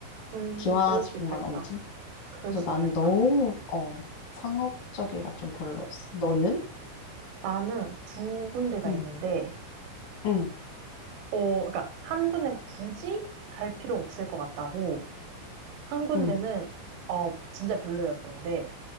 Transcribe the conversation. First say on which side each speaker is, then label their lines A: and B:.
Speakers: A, on the right (about 80°); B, on the left (about 45°).
A: 음,
B: 기와
A: 그럴
B: 지붕만
A: 수 있겠다.
B: 얹은?
A: 그럴
B: 그래서
A: 수
B: 나는
A: 있겠다.
B: 너무, 어, 상업적이라 좀 별로였어. 너는?
A: 나는 두 군데가
B: 응,
A: 있는데,
B: 응,
A: 어, 그러니까 한 군데는 굳이 갈 필요 없을 것 같다고, 한 군데는,
B: 응.
A: 어, 진짜 별로였던데,